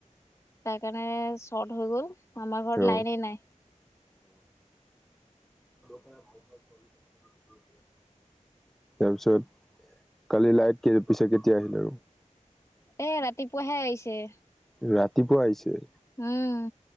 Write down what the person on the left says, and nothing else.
তাৰ কাৰণে শৰ্ট হৈ গল। আমাৰ ঘৰত
লাইনে নাই।
এ ৰাতিপুৱাহে আহিছে।
উম